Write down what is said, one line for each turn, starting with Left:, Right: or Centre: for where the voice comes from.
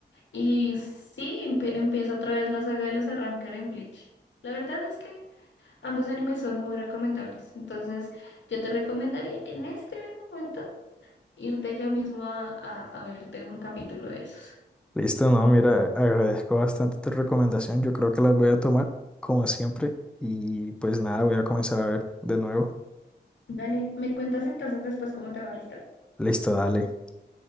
Left: Y sí, empe- empieza otra vez la saga de los arrancar en Bleach. La verdad es que Ambos animes son muy recomendables. Entonces, yo te recomendaría en este mismo momento irte ya mismo a, a, a verte un capítulo de esos.
Centre: Listo, no, mira, agradezco bastante tu recomendación. Yo creo que las voy a tomar como siempre y pues nada, voy a comenzar a ver de nuevo.
Left: Dale, me cuentas entonces después cómo te va, ¿listo?
Centre: Listo, dale.